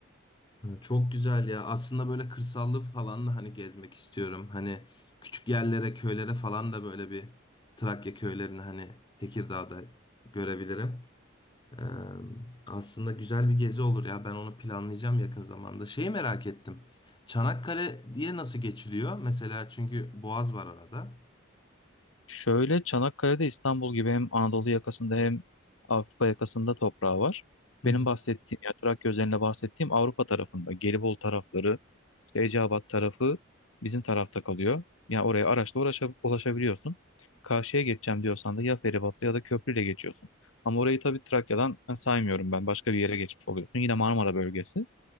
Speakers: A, on the left; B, on the left.
A: Ha, Çok güzel ya. Aslında böyle kırsallı falan da hani gezmek istiyorum. Hani küçük yerlere, köylere falan da böyle bir Trakya köylerini hani Tekirdağ'da görebilirim. Ee, aslında güzel bir gezi olur ya. Ben onu planlayacağım yakın zamanda. Şeyi merak ettim. Çanakkale diye nasıl geçiliyor? Mesela çünkü Boğaz var arada.
B: Şöyle Çanakkale'de İstanbul gibi hem Anadolu yakasında hem Avrupa yakasında toprağı var.
A: Hı
B: Benim
A: hı,
B: bahsettiğim yani Trakya özelinde bahsettiğim Avrupa tarafında Gelibolu tarafları, işte Eceabat tarafı bizim tarafta kalıyor. Yani oraya araçla uğraşa- ulaşabiliyorsun. Karşıya geçeceğim diyorsan da ya feribotla ya da köprüyle geçiyorsun. Ama orayı tabii Trakya'dan saymıyorum ben. Başka bir yere geçmiş oluyorsun. Yine Marmara bölgesi.